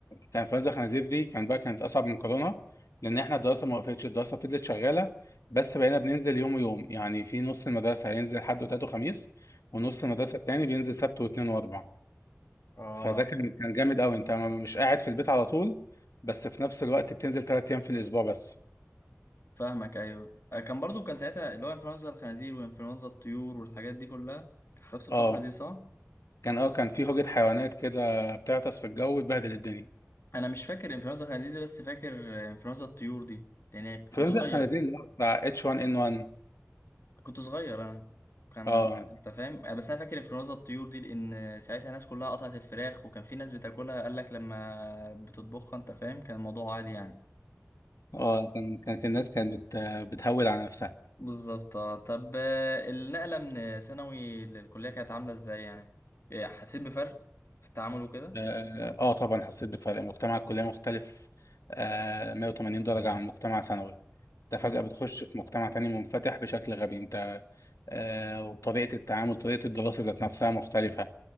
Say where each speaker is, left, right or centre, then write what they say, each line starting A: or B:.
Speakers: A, on the left; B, on the left.
A: كان انفلونزا الخنازير دي كان بقى كانت اصعب من كورونا لان احنا الدراسه ما وقفتش الدراسه فضلت شغاله بس بقينا بننزل يوم ويوم يعني في نص المدرسه هينزل حد وتلات وخميس ونص المدرسه التاني بينزل سبت واثنين واربع
B: اه
A: فده كان كان جامد قوي انت م- مش قاعد في البيت على طول بس في نفس الوقت بتنزل ثلاث ايام في الاسبوع بس
B: فاهمك ايوه آه، كان برضو كان ساعتها اللي هو انفلونزا الخنازير وانفلونزا الطيور والحاجات دي كلها في نفس الفتره
A: اه
B: دي صح
A: كان اه كان في هوجة حيوانات كده بتعطس في الجو وتبهدل الدنيا
B: انا مش فاكر انفلونزا الخنازير دي بس فاكر آه، انفلونزا الطيور دي لان كنت
A: انفلونزا
B: صغير
A: الخنازير اللي هو بتاع H1N1
B: كنت صغير انا كان
A: اه
B: انت فاهم آه، بس انا فاكر انفلونزا الطيور دي لان ساعتها الناس كلها قطعت الفراخ وكان في ناس بتاكلها قال لك لما بتطبخها انت فاهم كان الموضوع عادي يعني
A: اه كان كانت الناس كانت بت... بتهول على نفسها
B: بالظبط آه. طب آه، النقله من ثانوي للكليه كانت عامله ازاي يعني آه، حسيت بفرق في التعامل وكده
A: اه آه، طبعا حسيت بفرق مجتمع الكلية مختلف آه 180 درجة عن مجتمع ثانوي انت
B: مم.
A: فجأة بتخش في مجتمع تاني منفتح بشكل غبي انت آه وطريقة التعامل طريقة الدراسة ذات نفسها مختلفة